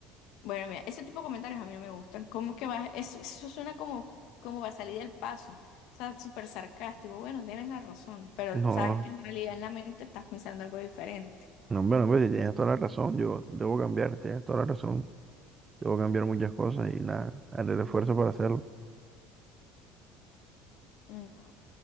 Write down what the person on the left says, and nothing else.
Bueno, mira, ese tipo de comentarios a mí no me gustan. ¿Cómo que vas? Eso, eso suena como, como va a salir del paso. O sea, súper sarcástico. Bueno, tienes la razón, pero
sabes que en realidad en la mente estás pensando algo diferente.
No,